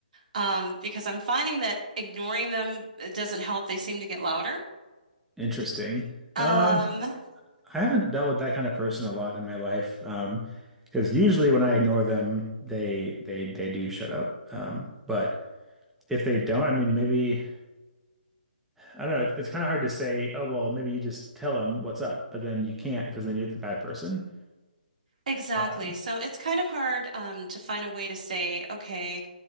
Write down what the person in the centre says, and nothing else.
Interesting.
Um, I haven't dealt with that kind of person a lot in my life. Um, because usually when I ignore them, they they they do shut up. Um, but if they don't, I mean, maybe I don't know. It's kind of hard to say, oh, well, maybe you just tell them what's up, but then you can't because then you're the bad person.
Um,